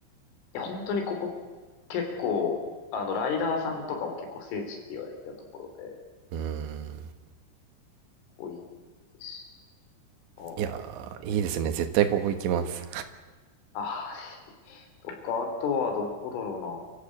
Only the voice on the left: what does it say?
や、本当にここ結構、あの、ライダーさんとかも結構聖地って言われてるところで、
多いですし。あー
あー、
<laughs> ああとか、あとはどこだろうな。